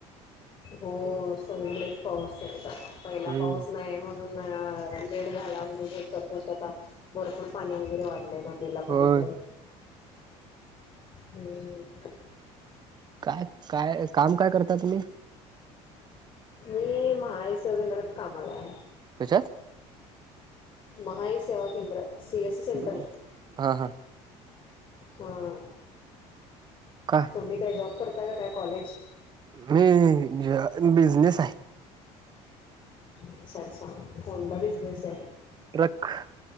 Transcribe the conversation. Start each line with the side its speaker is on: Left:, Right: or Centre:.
Left: हो संदर पाऊसचा पहिला
Right: हम्म
Left: पाऊस नाही म्हण ूने झाला करतात भरपूर पाणी वगैरे वाढलंय नदीला पण
Right: होय
Left: इकडे ह्
Right: काय काय काम काय करता तुम्ही
Left: मी महा शिवा केंद्रात कामाला आहे
Right: कच्याात
Left: महाई सेवा केंद्र सी एस सी सेंटर.
Right: हम् हा हा.
Left: हा
Right: का
Left: तुम्ही काय जॉब करता का काय कॉलेज?
Right: मी ज बिझनेस आहे
Left: अच्छा अच्छा कोणता बिजनेस
Right: ट्रक